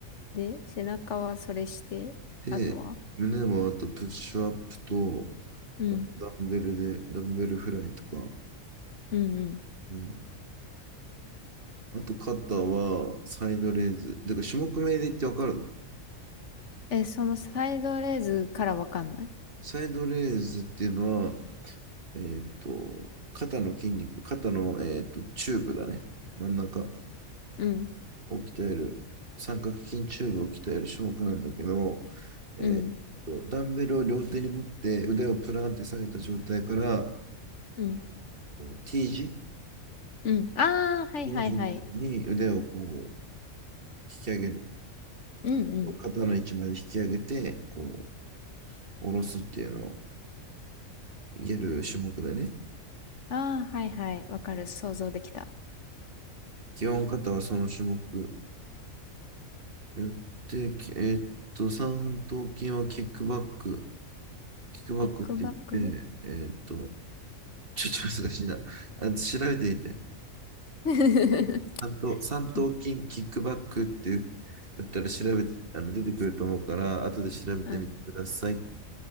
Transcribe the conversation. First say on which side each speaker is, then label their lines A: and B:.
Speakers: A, on the left (about 60°); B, on the right (about 45°).
A: で、背中はそれして、
B: で、
A: あとは。
B: 胸もあとプッシュアップと、
A: うん。
B: あとダンベルで、ダンベルフライとか。
A: うん。うん。
B: うんあと肩はサイドレーズ。だから種目名で言ってわかるの
A: え、そのサイドレーズからわかんない。
B: サイドレーズっていうのは、えっと、肩の筋肉、肩の、えっと、チューブだね。真ん中
A: うん。
B: を鍛える、三角筋チューブを鍛える種目なんだけど、えっと、
A: うん。
B: ダンベルを両手に持って腕をプランって下げた状態から、
A: うん。
B: と T 字
A: うん。ああ、はいはいはい。
B: ひの字になるように腕をこう引き上げる。
A: うんうん。
B: 肩の位置まで引き上げて、こう、下ろすっていうのをやる種目だね。
A: ああ、はいはい。わかる。想像できた。
B: 基本肩はその種目やって、きえーっと、三頭筋はキックバック。キックバックって言っ
A: キックバック
B: て、えーっと、ちょっと難しいな。あ、調べてみて。
A: <laughs>
B: 三頭、三頭筋、
A: キック
B: キックバックって言ったら調べ、あの、出てくると思うから、後で調べてみてください。
A: <laughs> うん。